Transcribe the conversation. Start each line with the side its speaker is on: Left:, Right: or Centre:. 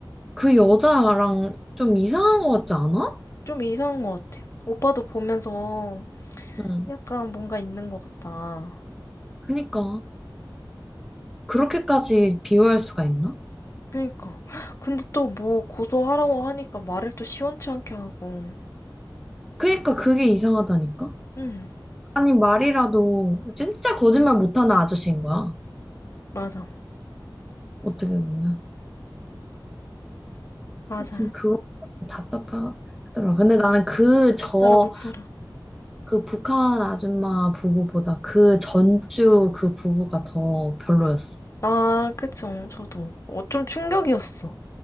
Centre: 여자랑 좀 이상한 것 같지 않아?
Left: 좀 이상한 것 같아요. 오빠도 보면서
Centre: 응
Left: 약간 뭔가 있는 것 같다.
Centre: 그니까 그렇게까지 비호할 수가 있나?
Left: 그니까. <laughs> 근데 또 뭐 고소하라고 하니까 말을 또 시원치 않게 하고.
Centre: 그니까 그게 이상하다니까
Left: 응,
Centre: 아니 말이라도 진짜 거짓말 못하는 아저씨인 거야
Left: 맞아.
Centre: 어떻게 보면
Left: 맞아
Centre: 하여튼 그거 답답하더라. 근데 나는 그 저,
Left: 못 살아, 못 살아.
Centre: 그 북한 아줌마 부부보다 그 전주 그 부부가 더 별로였어.
Left: 아, 그쵸. 저도. 어, 좀 충격이었어.